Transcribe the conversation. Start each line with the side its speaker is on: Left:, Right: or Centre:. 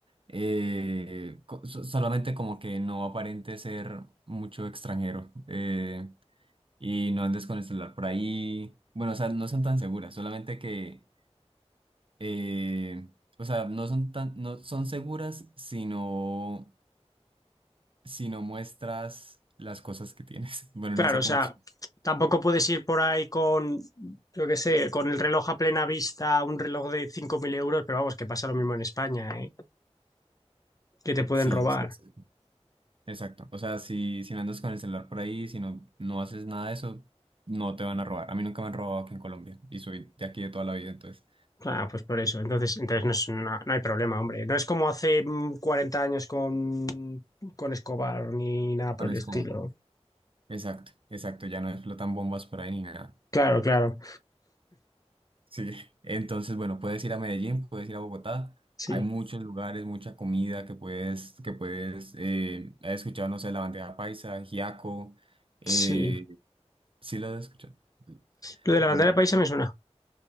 Right: Eh, co- so- solamente como que no aparente ser mucho extranjero eh, y no andes con el celular por ahí. Bueno, o sea, no son tan seguras, solamente que, eh, o sea, no son tan, no son seguras, sino si no muestras las cosas que tienes. <laughs> Bueno,
Left: Claro,
Right: no sé
Left: o
Right: cómo...
Left: sea,
Right: ex-
Left: tampoco puedes ir por ahí con, yo qué sé, con el reloj a plena vista, un reloj de 5.000 euros, pero vamos, que pasa lo mismo en España, ¿eh? Que te pueden
Right: Sí,
Left: robar.
Right: sí, sí. exacto. O sea, si, si no andas con el celular por ahí, si no, no haces nada de eso, no te van a robar. A mí nunca me han robado aquí en Colombia y soy de aquí de toda la vida, entonces...
Left: Ah, pues por eso. Entonces, entonces no es una- no hay problema, hombre. No es como hace mm, 40 años con, con Escobar ni nada por
Right: Con
Left: el
Right: escoba.
Left: estilo.
Right: Exacto, exacto. Ya no explotan bombas por ahí ni nada.
Left: Claro, claro.
Right: Sí. <laughs> Entonces, bueno, puedes ir a Medellín, puedes ir a Bogotá.
Left: Sí,
Right: Hay muchos lugares, mucha comida que puedes, que puedes, eh, he escuchado, no sé, la bandeja paisa, giaco, eh,
Left: sí.
Right: sí lo he escuchado.
Left: Lo de
Right: Bueno,
Left: la bandera paisa me suena.